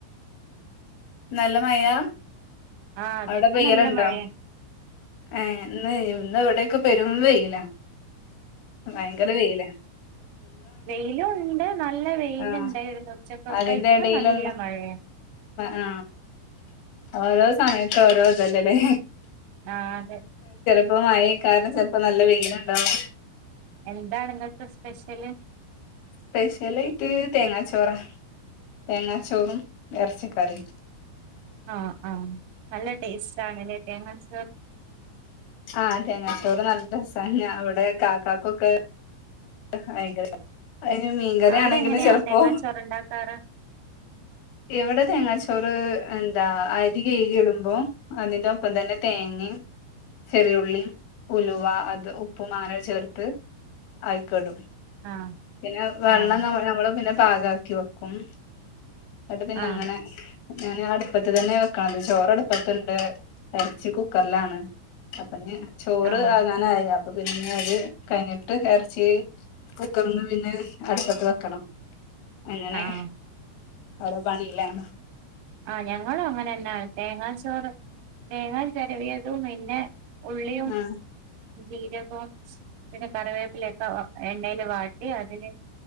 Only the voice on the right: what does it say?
ആഹ് അതെ
ഇപ്പ
നല്ല മഴയാ
വെയിലുണ്ട് നല്ല വെയിലൂണ്ട്
ഇന്നു ഉച്ചക്കൊക്കെ
ഇപ്പൊ
നല്ല മഴയാണ്.
ആ അതെ.
എന്താണ് ഇന്നത്തെ സ്പെഷ്യല്?
ആഹ ആഹ നല്ല ടേസ്റ്റ് ആണല്ല ഫേമസ്
അവിടെ
എങ്ങനെയാ
തേങ്ങാച്ചോറ് ഉണ്ടാക്കാറ്
ആഹ്
ആഹ്
ആഹ്
ആഹ്
ആഹ്
ആ ഞങ്ങളും അങ്ങനെന്ന തേങ്ങാ ചോറ് തേങ്ങാ ചെരവിയതും പിന്നെ ഉള്ളിയും
ജീരകവും പിന്നെ കറിവേപ്പിലൊക്കെ എണ്ണയില വാട്ടി അതിന്